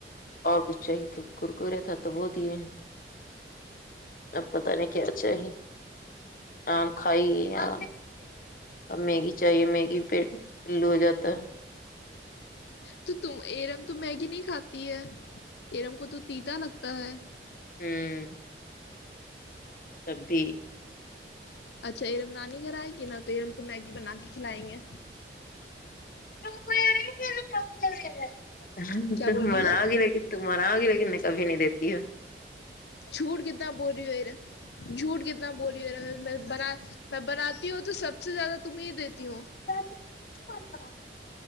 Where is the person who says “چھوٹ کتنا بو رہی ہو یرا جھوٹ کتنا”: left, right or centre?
Left